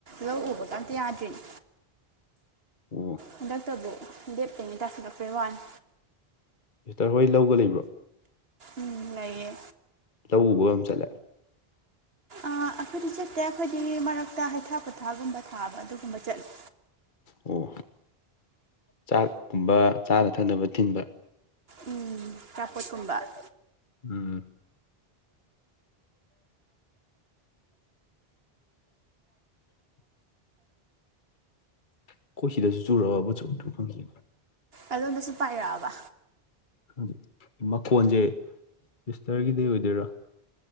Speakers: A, on the right; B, on the left.
A: ꯂꯧ ꯎꯕꯀ ꯃꯝꯇ ꯌꯥꯗ꯭ꯔꯤꯅꯦ
B: <unintelligible> ꯑꯣ
A: ꯍꯟꯗꯥꯛꯇꯕꯨ ꯂꯦꯞꯇꯉꯩ ꯇꯥꯁꯤꯜꯂꯛꯄꯩ ꯋꯥꯅꯤ
B: ꯁꯤꯁꯇ꯭ꯔ ꯍꯣꯏ ꯂꯧꯒ ꯂꯩꯕ꯭ꯔꯣ
A: ꯎꯝ ꯂꯩꯌꯦ
B: ꯂꯧ ꯎꯕ ꯑꯗꯨꯝ ꯆꯠꯂꯦ
A: ꯑ ꯑꯩꯈꯣꯏꯗꯤ ꯆꯠꯇꯦ ꯑꯩꯈꯣꯏꯗꯤ ꯃꯔꯛꯇ ꯍꯩꯊꯥ ꯄꯣꯊꯥꯒꯨꯝꯕ ꯊꯥꯕ ꯑꯗꯨꯒꯨꯝꯕ ꯆꯠꯂꯦ
B: ꯑꯣ ꯆꯥꯛꯀꯨꯝꯕ ꯆꯥꯅ ꯊꯛꯅꯕ ꯊꯤꯟꯕ
A: ꯎꯝ ꯆꯥꯄꯣꯠꯀꯨꯝꯕ꯫ <inaudible>
B: ꯎꯝ <inaudible> ꯈꯣꯏ ꯁꯤꯗꯁꯨ ꯆꯨꯔꯛꯑꯕꫭ ꯆꯨꯔꯛꯇ꯭ꯔꯤꯕ ꯈꯪꯗꯦ꯫
A: ꯑꯗꯣꯝꯗꯁꯨ ꯄꯥꯏꯔꯛꯑꯕ꯫
B: ꯈꯪꯗꯦ ꯃꯈꯣꯟꯁꯦ ꯁꯤꯁꯇꯔꯒꯤꯗꯩ ꯑꯣꯏꯗꯣꯏꯔꯥ꯫